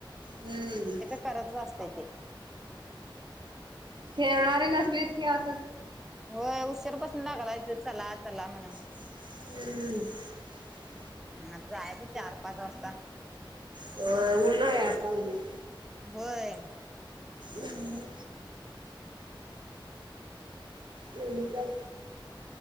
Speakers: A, on the right; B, in the centre.
A: हम्म.
B: करत असत ते
A: खेळणारे नसलेतक अस.
B: हो उशरपासून लाागलायच चला चला म्हणून
A: हम्म.
B: ह आता जायच चार पाच वाजता
A: हो उऊन येताला
B: होय
A: हम्म
B: ह
A: नाही तर